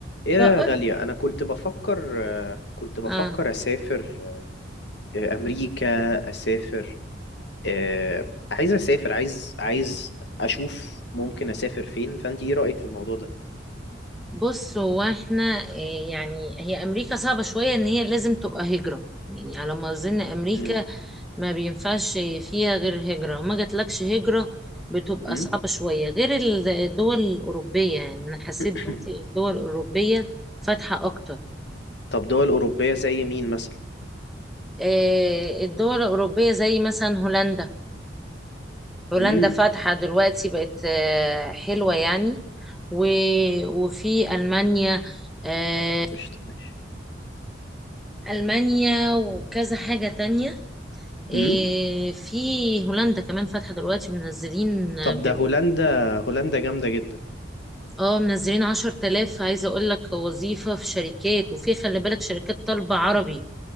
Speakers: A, on the left; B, in the centre.
A: ايه
B: بقول
A: يا غالية انا كنت بفكر آه، كنت بفكر
B: اه
A: اسافر آه، امريكا اسافر آه، عايز اسافر عايز عايز اشوف ممكن اسافر فين فانت ايه رأيك في الموضوع ده
B: بص هو احنا إيه، يعني هي امريكا صعبة شوية ان هي لازم تبقى هجرة يعني على ما اظن امريكا
A: مم.
B: ما بينفعش فيها غير هجرة وما جاتلكش هجرة بتبقى
A: مم.
B: صعبة شوية غير ال- الدول الأوروبية يعني أنا حسيت
A: <clears throat>
B: دلوقتي الدول الأوروبية فاتحة أكتر
A: طب دول اوروبية زي مين مثلا
B: آه، الدول الأوروبية زي مثلا هولندا هولندا
A: امم
B: فاتحة دلوقتي بقت آه، حلوة يعني و- وفي ألمانيا آه،
A: قشطة ماشي
B: ألمانيا وكذا حاجة تانية إيه
A: مم.
B: في هولندا كمان فاتحة دلوقتي ومنزلين
A: طب
B: بيقول
A: ده هولندا هولندا جامدة جدا
B: اه منزلين عشر تلاف عايزة اقول لك وظيفة في شركات وفي خلي بالك شركات طالبة عربي